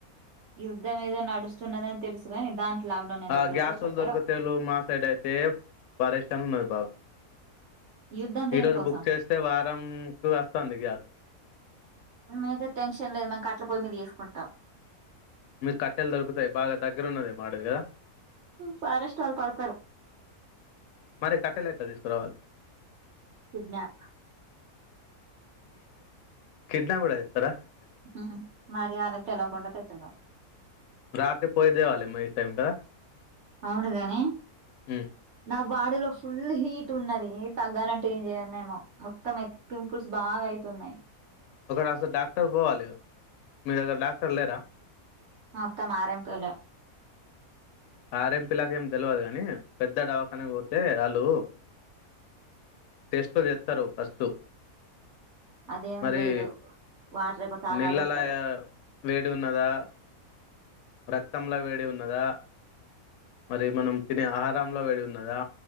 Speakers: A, on the right; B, on the left.
A: యుద్ధం ఏదో నడుస్తున్నదని తెలుసుగాని దానికి లాక్డౌన్ ఎందుకు
B: ఆ
A: పెడతారు
B: గ్యాస్ వాళ్ళు
A: పెట్టరు
B: దొరికతేళు మా సైడ్ అయితే పరేషన్ ఉన్నయి బాగా
A: యుద్ధం దేనికోసం
B: ఈరోజు బుక్ చేస్తే వారం కు ఆస్తుంది గ్యాస్
A: మాక్ ఆ టెన్షన్ లేదు మం కట్ల పోయి మీద చేసుకుంటాం
B: మీకు కట్టెలు దొరుకుతాయి బాగా దగ్గర ఉన్నది అడవి కదా
A: ఫారెస్ట్ ఆల్ పడతారు
B: మరి కట్టెలు అట్ల తీసుకురావాల్
A: కిడ్నాప్
B: కిడ్నాప్ కుడజేతర
A: ఉ మరి ఆలకు తెలియకుండా తెచ్చేద
B: రాత్రి పోయి దెవాల ఏం టైమ్కా
A: అవును కానీ
B: హ్మ్.
A: నా బాడీలో ఫుల్ హీట్ ఉన్నది. తగ్గాలంటే ఏం చేయ్యాలనేమో మొత్తం పింపుల్స్ బాగా అయి తున్నాయి
B: ఒకడ అస్సలు డాక్టర్ పోవాలె మీ దగ్గర డాక్టర్ లేరా
A: మొత్త ఆర్ఎంపి లే
B: ఆర్ఏంపి లకు ఏం తెల్వదు గాని పెద్ద డవాఖనకు పోతేళ్ లు టెస్ట్ తో చేస్తారు ఫస్ట్
A: అదేం
B: మరి
A: లేదు వాటర్ ఎక్కువ తాగాలంటారు
B: నీళ్లలయ వేడ్ ఉన్నదా రక్తంలో వేడి ఉన్నదా మరి మనం తినే ఆహారంలో వేడి ఉన్నదా